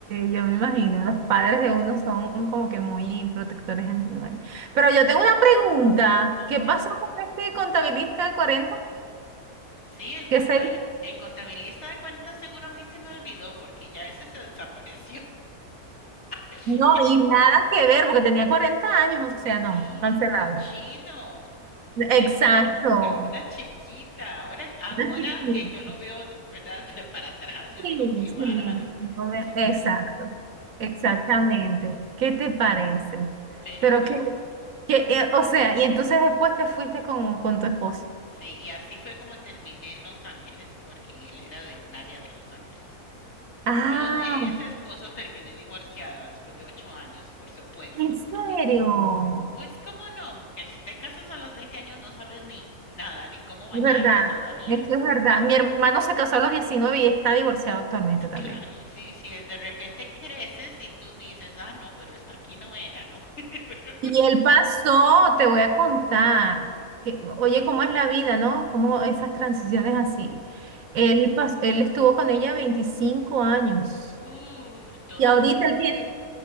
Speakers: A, on the right; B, on the left.
A: yo me
B: Y,
A: imagino, los padres
B: y-
A: de uno son como que muy protectores. ¿no? Pero yo tengo una pregunta,
B: a
A: ¿qué
B: ver,
A: pasó con este contabilista de cuarenta
B: Sí, el
A: Que
B: cuenta-
A: se...
B: el contabilista de cuentas seguro a mí se me olvidó porque ya ese se desapareció. <laughs>
A: No, y nada que ver, porque tenía 40 años, o sea, no,
B: Sí,
A: cancelado.
B: cochino. De
A: Exacto.
B: con una chiquita. Ahora, ahora
A: Una chiquita.
B: que yo lo veo, de- ¿verdad? De para atrás, yo
A: Sí,
B: digo, qué bárbaro.
A: sí, obvia-
B: Sí,
A: exacto, exactamente. ¿Qué te parece?
B: pero
A: Pero
B: bueno,
A: que, que eh, o sea, y entonces después te fuiste con, con tu esposo.
B: sí, y así fue como terminé en Los Ángeles porque él era de un área de Los Ángeles.
A: Ah,
B: Yo de ese esposo terminé divorciada después de ocho años, por supuesto,
A: en serio,
B: porque Pues cómo no, mujer, si te casas a los 20 años no sabes ni nada, ni cómo bañarte
A: es verdad,
B: todavía.
A: esto es verdad. Mi hermano se casó a los 19 y está divorciado actualmente
B: S-
A: también.
B: Claro, sí, sí. de repente creces y tú dices, ah, no, pero esto aquí no era, ¿no? <laughs> Pero-
A: Y él pasó, te voy a contar, que,
B: Mm,
A: oye, cómo es la vida, ¿no? Cómo esas transiciones así.
B: ujú.
A: Él, pas- él estuvo con ella 25 años.
B: Uh, toda
A: Y ahorita
B: la vida.
A: él tiene,